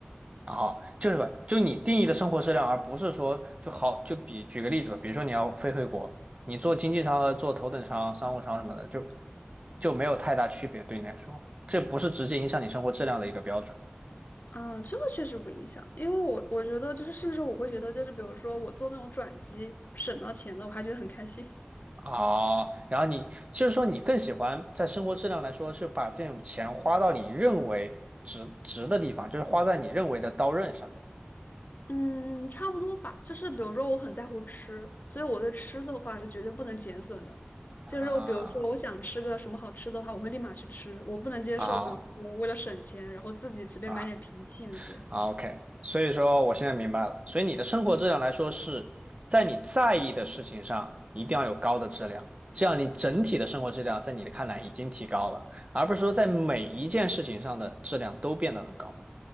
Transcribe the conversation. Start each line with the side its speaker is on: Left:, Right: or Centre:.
Right: 啊哈，就是吧，就你定义的生活质量，而不是说就好就比举个例子吧，比如说你要飞回国，你做经济舱和做头等舱、商务舱什么的，就就没有太大区别对你来说，这不是直接影响你生活质量的一个标准。
Left: 啊，这个确实不影响，因为我我觉得就是，甚至我会觉得就是，比如说我做那种转机省到钱了，我还觉得很开心。
Right: 啊，然后你就是说你更喜欢在生活质量来说，是把这种钱花到你认为值值的地方，就是花在你认为的刀刃上
Left: 嗯，差不多吧。就是比如说，我很在乎吃，所以我对吃的话是绝对不能减损的。就是比如说，
Right: 啊
Left: 我想吃个什么好吃的话，我会立马去吃。我不能接受，
Right: 啊
Left: 比如说为了省钱，然后自己随便买点平替那些。
Right: 啊啊！OK，所以说我现在明白了，所以你的生活质量来说是在你在意的事情上一定要有高的质量，这样你整体的生活质量在你的看来已经提高了，而不是说在每一件事情上的质量都变得很高